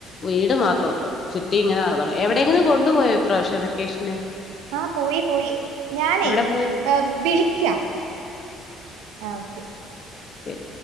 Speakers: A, on the left; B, on the right.
A: വീട് മാത്രമുണ്ട് ചുറ്റി ഇങ്ങനെ നടന്നോണം
B: ഉം
A: എവിടെയെങ്കിലും കൊണ്ടുപോയോ ഈ പ്രാവശ്യം വെക്കേഷന്
B: ആഹ് പോയി പോയി ഞാനേ
A: എവിടെ പോയി
B: ഏഹ് വിളിക്കാം ആഹ് ഓക്കെ
A: ശെരി